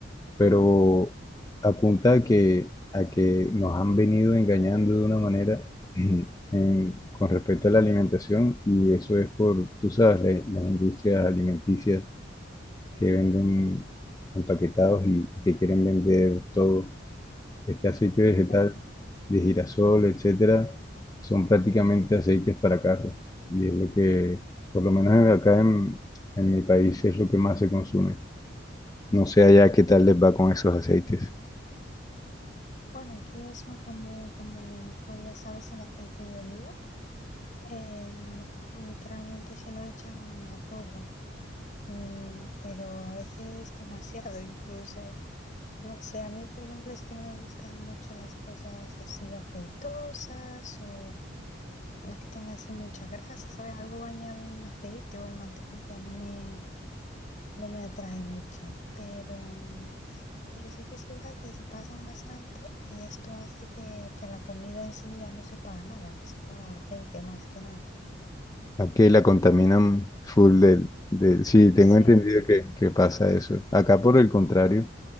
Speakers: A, on the left; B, on the left.
A: pero apunta a que, a que nos han venido engañando de una manera <clears throat> en- con respecto a la alimentación y eso es por, tú sabes, la- las industrias alimenticias que venden empaquetados y que quieren vender todo. Este aceite vegetal
B: claro.
A: de girasol, etcétera, son prácticamente aceites para carros y es lo que, por lo menos en- acá en, en mi país, es lo que más se consume. No sé allá qué tal les va con esos aceites.
B: Bueno, aquí es muy común, como a lo mejor ya sabes, el aceite de oliva. Eh, literalmente se lo echan a todo, Mm, pero a veces demasiado <laughs> incluso. No sé, a mí por ejemplo es que no me gustan mucho las cosas así aceitosas o mm, que tengan así mucha grasa, ¿sabes? Algo bañado en aceite o en mantequilla, no me, no me atrae mucho, pero, pero sí que es verdad que se pasan bastante y esto hace que, que la comida en sí ya no sepa a nada, sepa a aceite más que nada.
A: Aquí la contaminan full del, del- Sí, tengo
B: Sí,
A: entendido que, que pasa eso. Acá por el contrario,